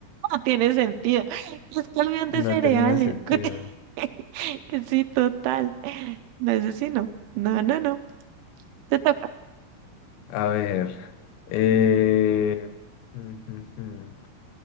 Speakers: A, on the right (about 75°); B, on the left (about 85°).
A: No tiene sentido. <laughs> es camión de
B: No
A: cereales?
B: tenía sentido.
A: <laughs> Que Sí, total. No sé si no. No, no, no. Te toca.
B: A ver. eh, mm, mm, mm.